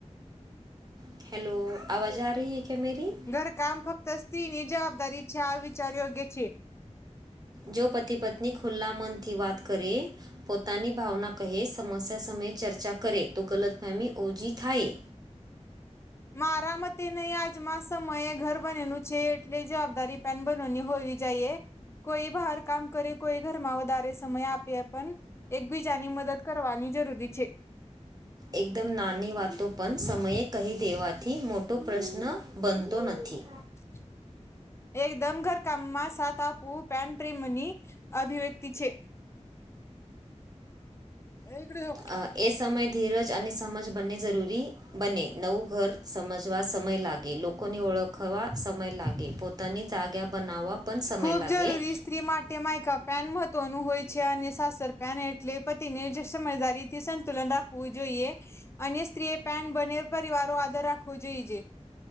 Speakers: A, on the right; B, on the left.
A: <unintelligible>
B: ઘરકામ ફક્ત સ્ત્રી ની જવાબદારી છે આ વિચાર યોગ્ય છે?
A: જો પતિ પત્ની ખુલ્લા મનથી વાત કરે પોતાની ભાવના કહે સમસ્યા સમયે ચર્ચા કરે તો ગલતફેમી ઓછી થાય.
B: મારા મતે નહી આજમાં સમયે ઘર બનેલું છે એટલે જવાબદારી પેન બનેવની હોવી જઈએ. કોઈ બહાર કામ કરે કોઈ ઘરમાં વધારે સમય આપે પણ એકબીજાની મદદ કરવાની જરૂરી છે.
A: એકદમ નાની વાતો પણ સમયે કહી દેવાથી મોટો પ્રશ્ન બનતો નથી.
B: <inaudible> એકદમ ઘરકામમાં સાથ આપવું પણ પ્રેમની અભિવ્યક્તિ છે. <unintelligible>
A: હા એ સમય ધીરજ અને સમજ બંને જરૂરી બને નવું ઘર સમજ વા સમય લાગે, લોકોને ઓળખવા સમય લાગે, પોતાની જાગ્યા બનાવવા પણ સમય
B: ખૂબ
A: લાગે
B: જરૂરી સ્ત્રી માટે તે માયકા પેન મહત્વનું હોય છે અને સાસર પેન એટલે પતિને સમજદારી થી સંતુલન રાખ વું જોઈએ અન્ય સ્ત્રીએ પેન બંન્ને પરિવારો આદર રાખવો જોઈએ.